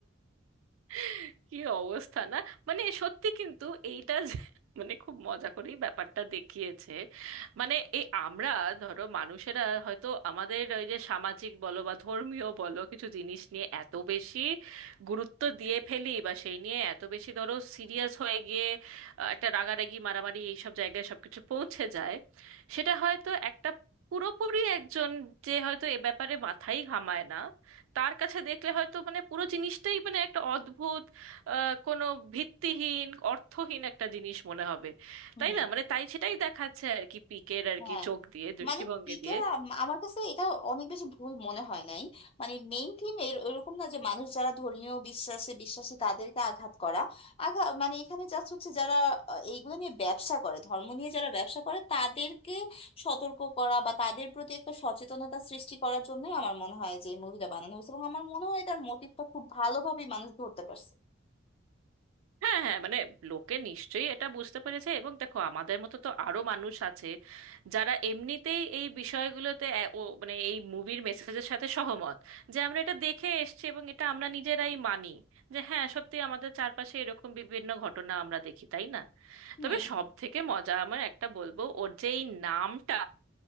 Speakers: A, on the right; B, on the left.
A: <laughs> কি অবস্থা না মানে সত্যি কিন্তু এইটা যে- <laughs> মানে খুব মজা করেই ব্যাপারটা দেখিয়েছে মানে এই আমরা ধরো মানুষেরা হয়তো আমাদের ওই যে সামাজিক বলো বা ধর্মীয় বলো কিছু জিনিস নিয়ে এত বেশি গুরুত্ব দিয়ে ফেলি বা সেই নিয়ে এত বেশি ধরো সিরিয়াস হয়ে গিয়ে আহ, একটা রাগারাগি মারামারি এইসব জায়গায় সবকিছু পৌঁছে যায় সেটা হয়তো একটা পুরোপুরি একজন যে হয়তো এ ব্যাপারে মাথাই ঘামায় না তার কাছে দেখলে হয়তো মানে পুরো জিনিসটাই মানে একটা অদ্ভুত আহ, কোনো ভিত্তিহীন অর্থহীন একটা জিনিস মনে হবে
B: হুম
A: তাই না মানে তাই সেটাই দেখাচ্ছে আর কি পিকের আর
B: হ্যাঁ
A: কি চোখ দিয়ে দৃষ্টিভঙ্গি
B: মানে পিকের
A: দিয়ে
B: আমার কাছে এটা অনেক বেশি ভুল মনে হয় নাই মানে মেইন থিম এর ওরকম না যে মানুষ যারা ধর্মীয় বিশ্বাসে বিশ্বাসী তাদেরকে আঘাত করা আঘাত মানে এখানে জাস্ট হচ্ছে যারা আহ, এইগুলো নিয়ে ব্যবসা করে ধর্ম নিয়ে যারা ব্যবসা করে তাদেরকে সতর্ক করা বা তাদের প্রতি একটা সচেতনতা সৃষ্টি করার জন্যই আমার মনে হয় যে এই মুভিটা বানানো হয়েছে এবং আমার মনে হয় এটার মোটিভটা খুব ভালোভাবেই মানুষ ধরতে পারছে
A: হ্যাঁ হ্যাঁ মানে লোকে নিশ্চয়ই এটা বুঝতে পেরেছে এবং দেখো আমাদের মতো তো আরো মানুষ আছে যারা এমনিতেই এই বিষয়গুলোতে এ- ও মানে এই মুভির মেসেজের সাথে সহমত যে আমরা এটা দেখে এসেছি এবং এটা আমরা নিজেরাই মানি যে হ্যাঁ সত্যি আমাদের চারপাশে এরকম বিভিন্ন ঘটনা আমরা দেখি তাই না
B: হুম
A: তবে সব
B: হুম।
A: থেকে মজা আমার একটা বলবো ওর যে এই নামটা